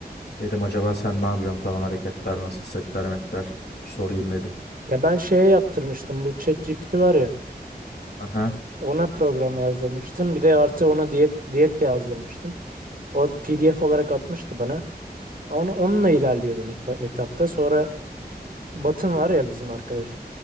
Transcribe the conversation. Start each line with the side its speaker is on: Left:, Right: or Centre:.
Left: Dedim acaba sen ne yapıyorsun falan hareketler nasıl setler metler bir sorayım dedim.
Right: Ya ben şeye yaptırmıştım bu ChatGPT var ya.
Left: Aha
Right: Ona program yazdırmıştım. Bir de artı ona diyet diyet de yazdırmıştım. O PDF olarak atmıştı bana. Onu onunla ilerliyordum ilk ba- etapta. Sonra Batın var ya bizim arkadaş.